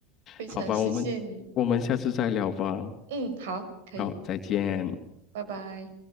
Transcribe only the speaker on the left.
好吧，我们我们下次再聊吧。
好，再见。